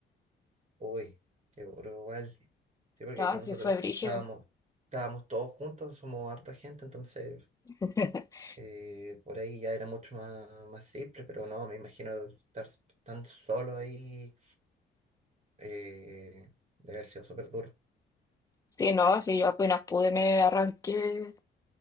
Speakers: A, on the right; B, on the left.
A: uy, qué duro igual. Sí, porque
B: Ah,
A: aquí
B: sí,
A: nosotros
B: fue brígido.
A: estábamos, estábamos todos juntos, somos harta gente, entonces
B: <laughs>
A: eh, por ahí ya era mucho más, más simple, pero no, me imagino estar tan solo ahí eh, debe haber sido súper duro.
B: Sí, no, sí, yo apenas pude, me arranqué